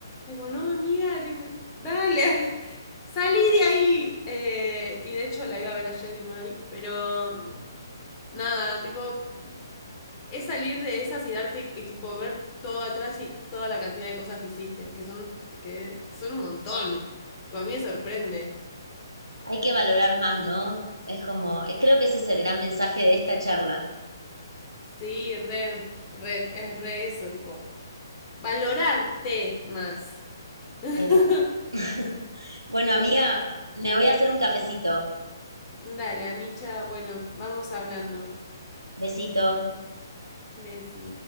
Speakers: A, on the left (about 20°); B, on the right (about 85°).
A: Y como, no, amiga, tipo, dale, <laughs> salí de ahí. Eh, y de hecho la iba a ver ayer y no la vi, pero... mm, nada, tipo, es salir de esas y darte, y tipo, ver todo atrás y toda la cantidad de cosas que hiciste, que son, que son un montón. Tipo, a mí me sorprende.
B: Hay que valorar más, ¿no? Es como, eh, creo que ese es el gran mensaje de esta charla.
A: Sí, re, re, es re eso, tipo, valorarte más. <laughs>
B: Es verdad. <laughs> Bueno, amiga, me voy a hacer un cafecito.
A: Dale, Amicha, bueno, vamos hablando.
B: Besito.
A: Besi.